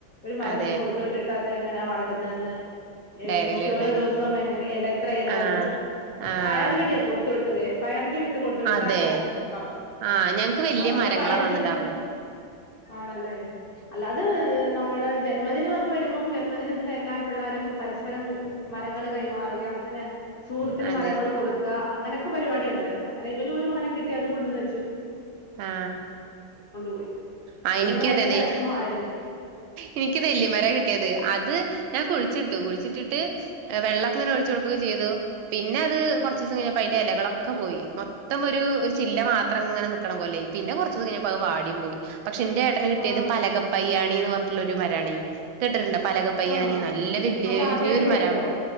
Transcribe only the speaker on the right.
അതെ
ഡയറിൽ
എഴുതാന്
ആഹ്
ആഹ്
അതെ
ആ ഞങ്ങക്ക് വലിയ
മരങ്ങളാ
തന്നിട്ടുണ്ടായിരുന്നേ
അതെ
ആ
ആ
എനിക്കും
അതെ
എനിക്ക് നെല്ലിമര കിട്ടിയത് അത് ഞാൻ കുഴിച്ചിട്ടു കുഴിച്ചിട്ട് വെള്ളം ഇങ്ങനെ ഒഴിച്ചു കൊടുക്കുക ചെയ്തു പിന്നെ അത് കുറച്ച് ദിവസം കഴിഞ്ഞപ്പ അതിന്റെ ഇലകളൊക്കെ പോയി മൊത്തം ഒരു ചില്ല മാത്രം ഇങ്ങനെ നി ആക്കണം പോലെ പിന്നെ കുറച്ച് ദിവസം കഴിഞ്ഞ് അത് വാടി പോയി പക്ഷെ എന്റെ ഏട്ടന് കിട്ടിയത്
പലകപ്പയ്യാണിഎന്ന് പറഞ്ഞ ഒരു മരണി കേെട്ടിട്ടു ടൊ <unintelligible> പലകപ്പയ്യാനി
നല്ല വലിയ
വലിയൊരു
മരമാകണതാ